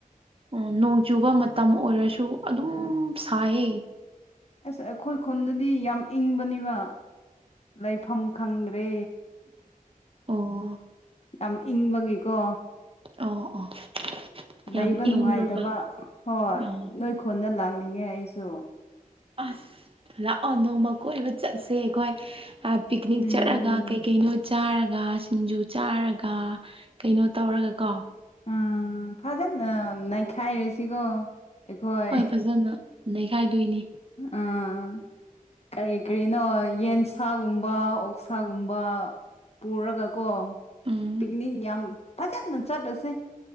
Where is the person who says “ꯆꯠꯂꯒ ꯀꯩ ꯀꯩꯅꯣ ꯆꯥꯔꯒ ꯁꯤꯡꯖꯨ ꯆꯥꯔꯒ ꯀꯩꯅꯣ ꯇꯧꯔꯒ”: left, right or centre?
Right